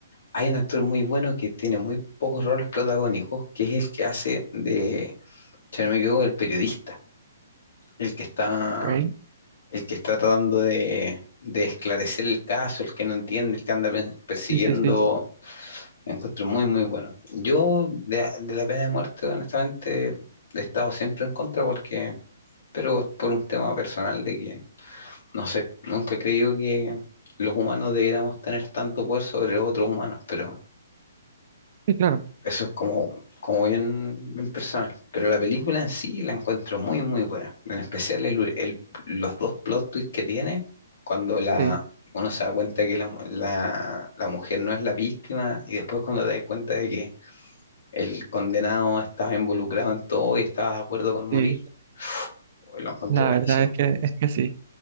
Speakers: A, on the left; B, on the right.
A: hay un actor muy bueno que tiene muy pocos roles protagónicos, que es el que hace de, si no me equivoco, el periodista, el que está,
B: ok.
A: el que está tratando de, de esclarecer el caso, el que no entiende, el que anda pe- persiguiendo.
B: Sí, sí, sí.
A: Lo encuentro muy, muy bueno. Yo de, de la pena de muerte, honestamente, he estado siempre en contra porque, pero por un tema personal de que, no sé, nunca he creído que los humanos debiéramos tener tanto poder sobre otros humanos, pero
B: Sí, claro,
A: Eso es como, como bien, bien personal. Pero la película en sí la encuentro muy, muy buena. En especial el- el- los dos plot twists que tiene cuando la,
B: sí,
A: uno se da cuenta que la, mu- la- la mujer no es la víctima y después cuando te das cuenta de que el condenado estaba involucrado en todo y estaba de acuerdo con morir,
B: sí.
A: pues lo encontré
B: La
A: buenísimo.
B: verdad es que, es que sí.